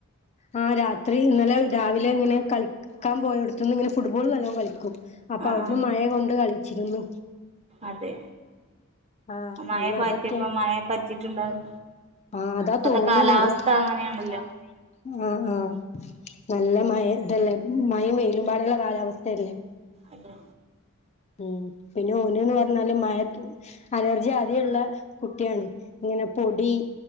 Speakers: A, on the left; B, on the right.
A: ആഹ് രാത്രി ഇന്നലെ രാവിലെ ഇങ്ങനെ കളിക്ക്‌ ക്കാൻ പോയോടുത്ത്ന്ന് ഇങ്ങനെ ഫുട്ബോൾ നല്ലോം കളിക്കും അപ്പൊ
B: ആഹ്
A: അവിടുന്ന്
B: ആഹ്
A: മഴ കൊണ്ട് കളിച്ചിരുന്നു.
B: അതെ
A: ആഹ്
B: മഴെ
A: അയിന്
B: പാറ്റിയപ്പൊ
A: അതറ്റെ
B: മഴെ പറ്റിട്ടുണ്ടാവും
A: ആഹ് അതാ
B: ഇപ്പൊത്തെ
A: തോന്ന്ണ്ട്
B: കാലാവസ്ഥ
A: കാലാവസ്ഥ
B: അങ്ങനെയാണല്ലോ
A: അങ്ങനെയാണല്ലോ. ആഹ് ആഹ് നല്ല മഴ ഇണ്ടല്ലേ മഴയും വെയിലും പാടള്ള കാലാവസ്ഥയല്ലേ
B: അതെ
A: ഉം പിന്നെ ഓന് ന്ന് പറഞ്ഞാല് മയ അലർജി ആദ്യെയുള്ള കുട്ട്യാണ് ഇങ്ങനെ പൊടി